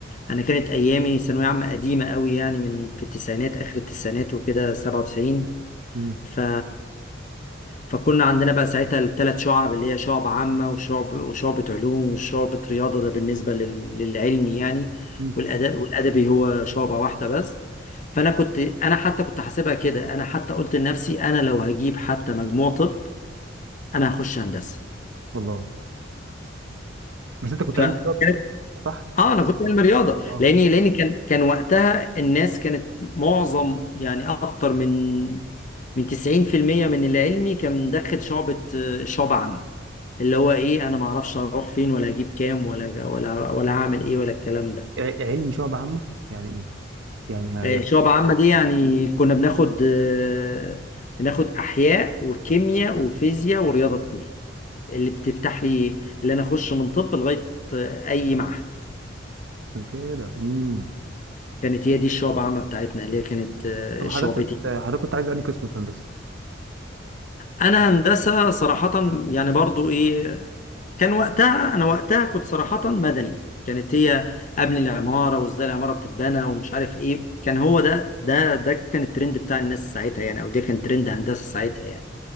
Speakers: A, on the left; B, on the right.
A: انا كانت ايامي ثانوية عامة قديمة قوي يعني من في التسعينات اخر التسعينات وكده 97
B: امم
A: ف فكنا عندنا بقى ساعتها الثلاث شعب اللي هي شعب عامة وشعب وشعبة علوم وشعبة رياضة ده بالنسبة لل... للعلمي يعني
B: امم
A: والأدب والأدبي هو شعبة واحدة بس فأنا كنت أنا حتى كنت حاسبها كده أنا حتى قلت لنفسي أنا لو هجيب حتى مجموع طب أنا هخش هندسة
B: والله بس انت كنت
A: ف
B: علمي
A: اه
B: رياضه صح؟
A: انا كنت علم رياضه
B: اه
A: لاني لاني كان كان وقتها الناس كانت معظم يعني اكتر من من 90% من اللي علمي كان داخل شعبة شعبة عامة اللي هو ايه انا ما اعرفش اروح فين ولا اجيب كام ولا ولا ولا هعمل ايه ولا الكلام ده
B: ع- علمي شعب عامه يعني ايه؟ يعني هي-
A: آه، شعبة
B: يعني
A: عامة دي يعني كنا بناخد آه، بناخد احياء وكيمياء وفيزياء ورياضة اتنين اللي بتفتح لي اللي انا اخش من طب لغاية آه، اي معهد
B: عشان كده امم
A: كانت هي دي الشعب عامة بتاعتنا اللي هي كانت آه،
B: طب حضرتك
A: شعبتي
B: كنت حضرتك كنت عايز انهي قسم في هندسه؟
A: انا هندسة صراحة يعني برضو ايه كان وقتها انا وقتها كنت صراحة مدني كانت هي قبل العمارة وازاي العمارة بتتبنى ومش عارف ايه كان هو ده ده ده كان الترند بتاع الناس ساعتها يعني او ده كان ترند هندسة ساعتها يعني